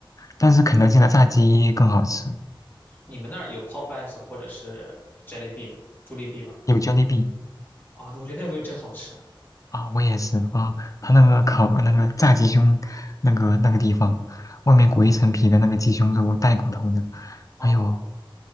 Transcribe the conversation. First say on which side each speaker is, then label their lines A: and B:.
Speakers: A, on the left (about 40°); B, on the left (about 25°).
A: 但是肯德基的炸鸡更好吃，
B: 你们那儿有 Popeyes 或者是 j e l l i b e e 吗？朱丽 B 吗？
A: 有 Jollibee。
B: 啊，我觉得那个东西真好吃啊。
A: 啊，我也是哇，他那个烤那个炸鸡胸那个那个地方，外面裹一层皮的那个鸡胸肉带骨头的，
B: 啊，
A: 哎呦，